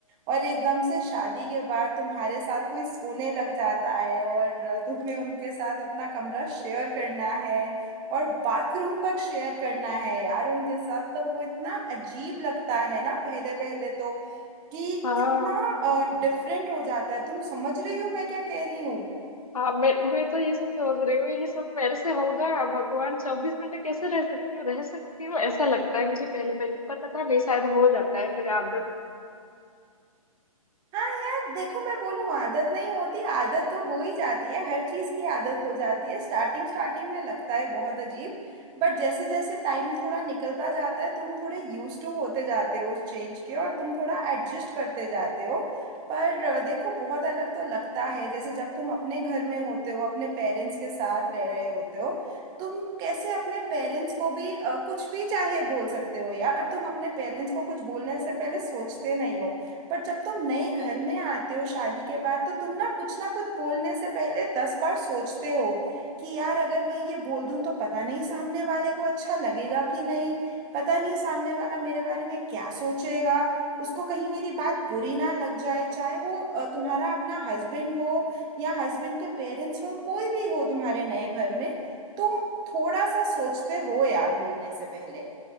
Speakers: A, on the right (about 20°); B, on the left (about 70°).
A: और एकदम से शादी के बाद तुम्हारे साथ कोई सोने लग जाता है और तुम्हें उनके साथ अपना कमरा शेयर करना है और बाथरूम तक शेयर करना है यार उनके साथ तो वो इतना अजीब लगता है ना पहले पहले तो कि
B: हाँ
A: कितना हम्म। डिफरेंट हो जाता है तुम समझ रही हो मैं क्या कह रही हूँ
B: हाँ मैं मैं तो ये सब सोच रही हूँ ये सब मेरे से होगा भगवान चौबीस घंटे कैसे रह सकती हूँ रह सकती हूँ ऐसा लगता है मुझे पहले पहले पर पता नहीं शायद हो जाता है फिर आदत
A: हाँ यार देखो मैं बोलूँ आदत नहीं होती आदत तो हो ही जाती है हर चीज़ की आदत हो जाती है स्टार्टिंग स्टार्टिंग में लगता है बहुत अजीब बट जैसे जैसे टाइम थोड़ा निकलता जाता है तुम थोड़े यूज टू होते जाते हो उस चेंज के और तुम थोड़ा एडजस्ट करते जाते हो पर अ, देखो बहुत अलग तो लगता है जैसे जब तुम अपने घर में होते हो अपने पेरेंट्स के साथ रह रहे होते हो तुम कैसे अपने पेरेंट्स को भी अ, कुछ भी चाहे बोल सकते हो यार तुम अपने पेरेंट्स को कुछ बोलने से पहले सोचते नहीं हो पर जब तुम नए घर में आते हो शादी के बाद तो तुम ना कुछ ना कुछ बोलने से पहले दस बार सोचते हो कि यार अगर मैं ये बोल दूं तो पता नहीं सामने वाले को अच्छा लगेगा कि नहीं पता नहीं सामने वाला मेरे बारे में क्या सोचेगा उसको कहीं मेरी बात बुरी ना लग जाए चाहे वो अ, तुम्हारा अपना हस्बैंड हो या हस्बैंड के पेरेंट्स हो कोई भी हो तुम्हारे नए घर में तुम थोड़ा सा सोचते हो यार बोलने से पहले